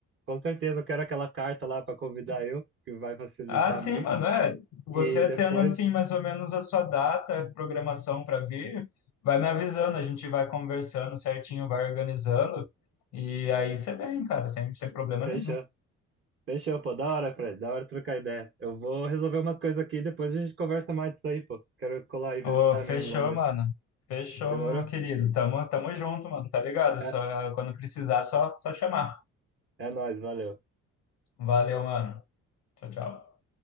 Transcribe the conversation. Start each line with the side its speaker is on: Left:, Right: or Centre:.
Right: com certeza, eu quero aquela carta lá pra convidar eu, que vai facilitar
Left: Ah, sim,
Right: muito.
Left: mano, é. Você
Right: E depois,
Left: tendo, assim, mais ou menos a sua data, programação para vir, vai me avisando, a gente vai conversando certinho, vai organizando. E aí você vem, cara, sem, sem problema
Right: fechou.
Left: nenhum.
Right: Fechou, pô, da hora, Fred, da hora trocar ideia. Eu vou resolver umas coisas aqui, depois a gente conversa mais disso aí, pô. Quero colar e visitar
Left: Ô, fechou,
Right: mesmo Londres.
Left: mano. Fechou,
Right: Demorou?
Left: meu querido. Tamo, tamo junto, mano. Tá ligado?
Right: É-
Left: Só, quando precisar, só, só chamar.
Right: É nóis, valeu.
Left: Valeu, mano. Tchau, tchau.